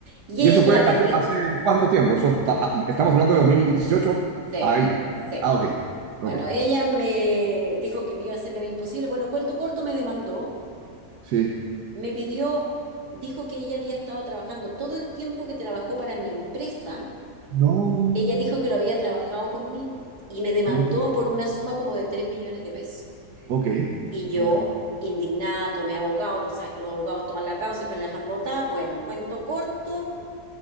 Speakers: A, on the right; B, on the right.
A: Y
B: ¿Y eso
A: ella
B: fue
A: me
B: hace,
A: dijo,
B: hace cuánto tiempo? Eso ta- ah, estamos hablando de dos mil dieciocho
A: sí,
B: Ahí.
A: sí,
B: Ah, ok. Ok.
A: bueno, ella me dijo que me iba a hacer la vida imposible. Bueno, cuento corto, me demandó,
B: Sí.
A: me pidió, dijo que ella había estado trabajando todo el tiempo que trabajó para mi empresa
B: No,
A: Ella dijo que lo había trabajado conmigo y me demandó
B: no te.
A: por una suma como de tres millones de pesos.
B: Ok,
A: Y yo,
B: ok.
A: indignada, tomé abogado, tú sabes que los abogados toman la causa y pues la dejan botada. Bueno, cuento corto,